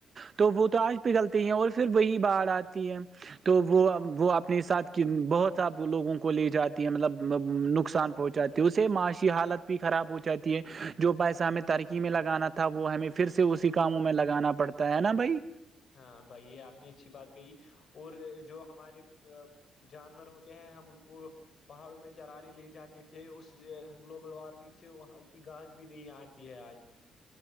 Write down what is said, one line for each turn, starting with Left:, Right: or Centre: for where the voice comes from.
Right: تو وہ تو آج پگلتی ہیں اور پھر وہی باہر آتی ہے تو وہ وہ وہ اپنے ساتھ کی بہت س لوگوں کو لے جاتی ہے مطلب نقصان پہنچاتی اسے معاشی حالت بھی خراب ہو جاتی ہے جو پیسہ ہمیں تو ترکی میں لگانا تھا وہ ہمیں پھر سے اسی کاموں میں لگانا پڑتا ہے نا بھائی
Left: ہاں بھائی یہ آپ نے اچھی بات کہی اور جو ہمارے جانور ہوتے ہیں ہم ان کو پہاڑوں میں چرانے لے جاتے تھے اس گلوبل وارمنگ سے وہاں کی گاس بھی نہیں آتی تی ہے آج